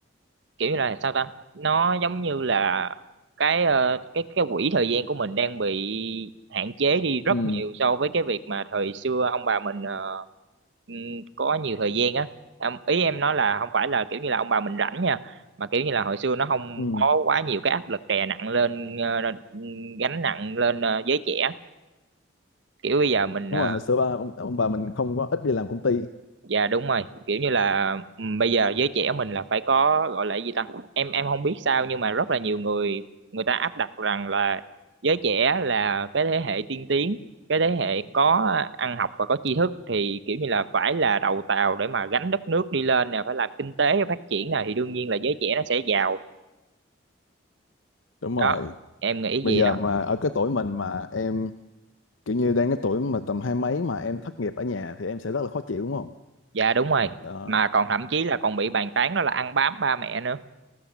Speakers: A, on the right; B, on the left.
A: kiểu như là sao ta nó giống như là cái ờ, cái cái quỹ thời gian của mình đang bị hạn chế đi rất
B: Ừ.
A: nhiều so với cái việc mà thời xưa ông bà mình ờ, ừm, có nhiều thời gian á Em- ý em nói là không phải là kiểu như là ông bà mình rảnh nha mà kiểu như là hồi xưa nó không
B: Ừ.
A: có quá nhiều cái áp lực đè nặng lên ờ, gánh nặng lên ờ, giới trẻ kiểu bây giờ mình
B: đúng
A: ờ,
B: rồi hồi xưa ba ông, ông bà mình không có ít đi làm công ty
A: Dạ đúng rồi, kiểu như là ừm, bây giờ giới trẻ mình là phải có gọi là cái gì ta? Em em không biết sao nhưng mà rất là nhiều người người ta áp đặt rằng là giới trẻ là cái thế hệ tiên tiến, cái thế hệ có ăn học và có tri thức thì kiểu như là phải là đầu tàu để mà gánh đất nước đi lên nè, phải làm kinh tế phát triển nè thì đương nhiên là giới trẻ nó sẽ giàu.
B: đúng rồi
A: Đó, em nghĩ
B: bây
A: vậy
B: giờ
A: đó.
B: mà ở cái tuổi mình mà em kiểu như đang cái tuổi mà tầm hai mấy mà em thất nghiệp ở nhà thì em sẽ rất là khó chịu đúng không
A: Dạ đúng rồi.
B: đó
A: Mà còn thậm chí là còn bị bàn tán đó là ăn bám ba mẹ nữa.